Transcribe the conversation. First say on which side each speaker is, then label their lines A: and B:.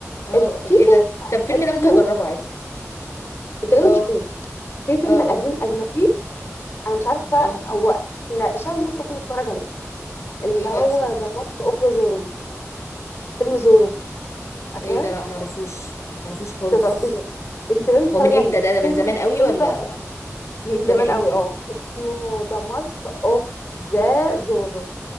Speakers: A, on the left; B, on the left.
A: اه
B: الف-
A: طب
B: في
A: ايه
B: فيلم
A: ده طب الفيلم
B: قديم
A: ده ممكن اجربه عادي
B: انت لازم
A: اه
B: تشوفيه في فيلم
A: اه
B: قديم
A: اه
B: اجنبي انا مش عارفه
A: اه
B: هو إحنا الشعب المصري كله اتفرج عليه اللي
A: ايه
B: هو
A: بقى اسمه
B: ذا ماسك اوف ذا زورو فيلم زورو فاكراه
A: ايه ده لا معرفوش معرفوش خالص
B: انت بتعرف ايه ده؟ انت لازم تتفرج
A: هو من امتى
B: عليه
A: ده ده من
B: فيلم
A: زمان قوي
B: فيلم
A: ولا
B: تحفه من
A: ده
B: زمان
A: من امتى
B: قوي اه اسمه ذا ماسك اوف ذا زورو